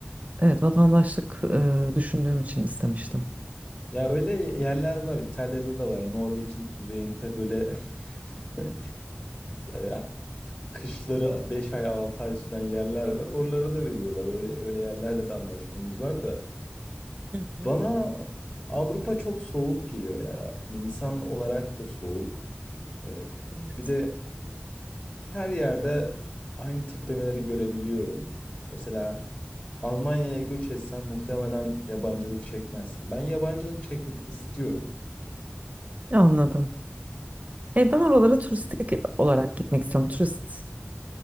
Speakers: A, on the right; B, on the left.
A: evet vatandaşlık e, düşündüğüm için istemiştim.
B: Ya öyle yerler var. İtalya'da da var. Norveç'in kuzeyinde böyle <laughs> ya kışları 5 ay 6 ay süren yerler var. Oraları da veriyorlar. Öyle öyle yerlerle de anlaşmamız var da.
A: Hı hı,
B: Bana Avrupa çok soğuk geliyor ya. İnsan olarak da soğuk. Ee,
A: evet.
B: bir de her yerde aynı tiplemeleri görebiliyorum. Mesela Almanya'ya göç etsen muhtemelen yabancılık çekmezsin. Ben yabancılık çekmek istiyorum.
A: Anladım. E, ben oralara turistik olarak gitmek istiyorum. Turist